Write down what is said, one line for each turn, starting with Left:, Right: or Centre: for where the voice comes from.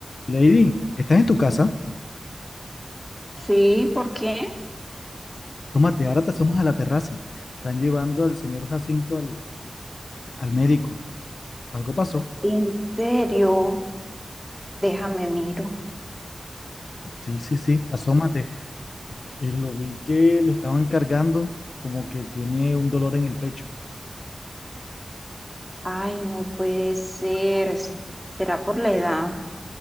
Left: Lady, ¿estás en tu casa?
Centre: Sí, ¿por qué?
Left: Asómate, ahora te asomas a la terraza. Están llevando al señor Jacinto al, al médico. ¿Algo pasó?
Centre: En serio, déjame miro.
Left: Sí, sí, sí, asómate. Eh, lo vi que lo estaban cargando, como que tiene un dolor en el pecho.
Centre: Ay, no puede ser. ¿Será por la edad?